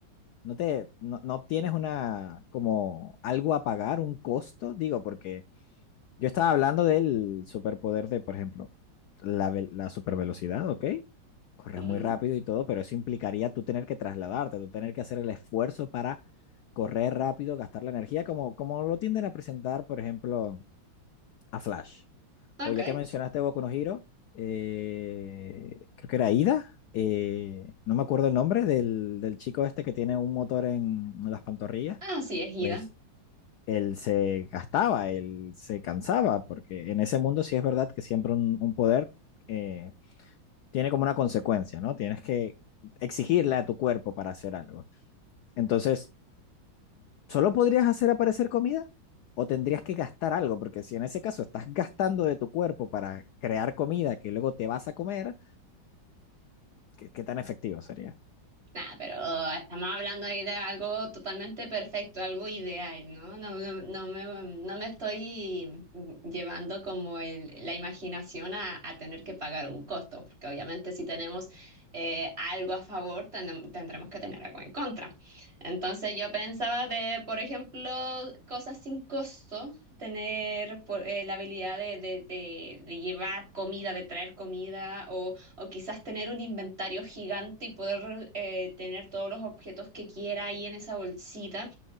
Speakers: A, on the left; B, on the right.
A: ¿no te, no, no obtienes una, como algo a pagar, un costo? Digo, porque Yo estaba hablando del superpoder de, por ejemplo, la, ve- la supervelocidad, ¿ok? Corres
B: Ujú.
A: muy rápido y todo, pero eso implicaría tú tener que trasladarte, tú tener que hacer el esfuerzo para correr rápido, gastar la energía, como, como lo tienden a presentar, por ejemplo, a Flash.
B: Ok.
A: O ya que mencionaste Boku no Hero, eh, creo que era Ida, eh, no me acuerdo el nombre del, del chico este que tiene un motor en en las pantorrillas.
B: Así es, Ida.
A: Pues él se gastaba, él se cansaba, porque en ese mundo sí es verdad que siempre un, un poder eh, tiene como una consecuencia, ¿no? Tienes que exigirle a tu cuerpo para hacer algo. Entonces, ¿solo podrías hacer aparecer comida? ¿O tendrías que gastar algo? Porque si en ese caso estás gastando de tu cuerpo para crear comida que luego te vas a comer, ¿qué, qué tan efectivo sería?
B: Nada, pero estamos hablando ahí de algo totalmente perfecto, algo ideal, ¿no? No, no, no me, no me estoy llevando como el- la imaginación a, a tener que pagar un costo, porque obviamente si tenemos eh, algo a favor, tenem- tendremos que tener algo en contra. Entonces yo pensaba de, por ejemplo, cosas sin costo, tener por- eh, la habilidad de, de de- de llevar comida, de traer comida o o quizás tener un inventario gigante y poder eh, tener todos los objetos que quiera ahí en esa bolsita.